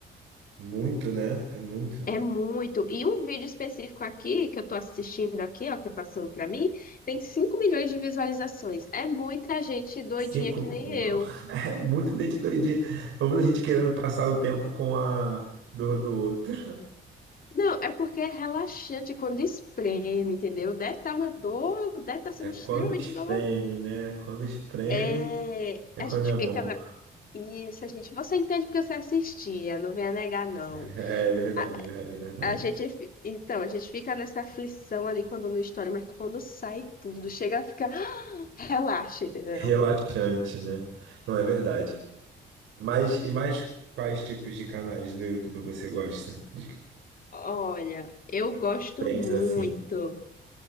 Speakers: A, on the right; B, on the left.
A: Muito, né? É muito.
B: É muito. E um vídeo específico aqui, que eu tô assistindo aqui, ó, que passou pra mim, tem 5 milhões de visualizações. É muita gente doidinha
A: Cinco.
B: que nem
A: Não.
B: eu.
A: <laughs> É muito dente doidinho. Vamos a gente querendo passar o tempo com a dor do outro.
B: Não, é porque é relaxante quando espreme, entendeu? Deve estar uma dor, deve estar sendo
A: É quando
B: extremamente
A: espreme,
B: doloroso.
A: né? Quando espreme
B: É,
A: é
B: a
A: quando
B: gente
A: é
B: fica
A: bom.
B: na... Isso, a gente, você entende porque você assistia, não venha negar, não.
A: É verdade,
B: A-
A: é verdade, é verdade.
B: A gente, fi- então, a gente fica nessa aflição ali quando não estoura, mas quando sai tudo, chega a ficar, <gasps> relaxa, entendeu?
A: Relaxante, né? Não é verdade. Mas e mais quais tipos de canais no YouTube você gosta? De
B: Olha, eu gosto
A: diferentes
B: muito.
A: assim.